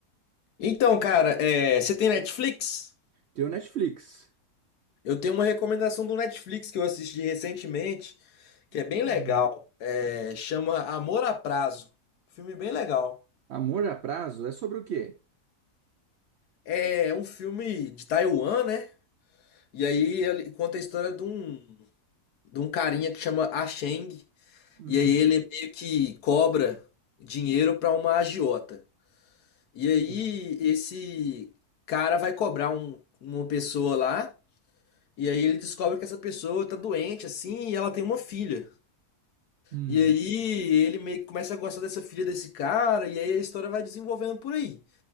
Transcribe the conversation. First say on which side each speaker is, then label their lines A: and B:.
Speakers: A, on the left; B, on the right.
A: Então, cara, é, você tem Netflix?
B: Tem o Netflix.
A: Eu tenho uma recomendação do Netflix que eu assisti recentemente, que é bem
B: Hum,
A: legal. É, chama Amor a Prazo. Filme bem legal.
B: Amor a Prazo é sobre o quê?
A: É um filme de Taiwan, né? E aí ele conta a história de um, de um carinha que chama Ah Cheng.
B: hum,
A: E aí ele meio que cobra dinheiro pra uma agiota. E aí
B: hum.
A: esse cara vai cobrar um- uma pessoa lá, e aí ele descobre que essa pessoa tá doente assim, e ela tem uma filha.
B: hum.
A: E aí ele meio que começa a gostar dessa filha desse cara, e aí a história vai desenvolvendo por aí.